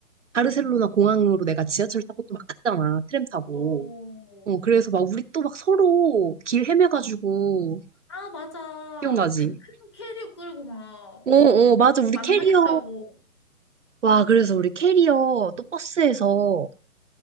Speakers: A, on the right; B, on the left.
A: 바르셀로나 공항으로 내가 지하철 타고 또 막 갔잖아, 트램 타고.
B: 어.
A: 어, 그래서 막 우리 또 막 서로 길 헤매가지고
B: 아, 맞아.
A: 기억나지?
B: 그 큰 캐리어 끌고 막
A: 어, 어, 맞아. 우리
B: 만나겠다고.
A: 캐리어. 와, 그래서 우리 캐리어 또 버스에서